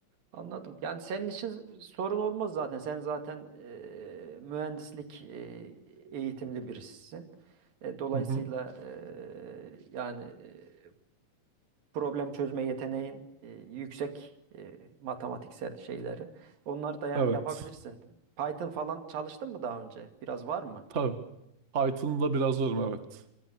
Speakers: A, on the right; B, on the right.
A: Anladım. Yani senin için sorun olmaz zaten. Sen zaten e, mühendislik e, eğitimli birisisin. E, dolayısıyla
B: Hı hı.
A: e, yani e, problem çözme yeteneğin e, yüksek e, matematiksel şeyleri. Onları da yani
B: Evet.
A: yapabilirsin. Python falan çalıştın mı daha önce? Biraz var mı?
B: Tabii. Python'da biraz zorum evet.